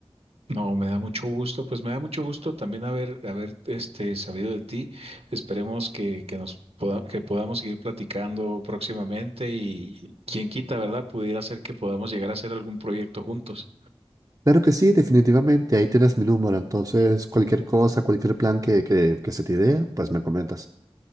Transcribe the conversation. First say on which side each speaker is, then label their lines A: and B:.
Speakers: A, on the right (about 70°); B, on the right (about 35°).
A: No, me da mucho gusto, pues me da mucho gusto también haber, haber este, sabido de ti. Esperemos que, que nos poda- que podamos seguir platicando próximamente y quien quita, ¿verdad? Pudiera ser que podamos llegar a hacer algún proyecto juntos.
B: Claro que sí, definitivamente, ahí tienes mi número, entonces cualquier cosa, cualquier plan que, que, que se te idea, pues me comentas.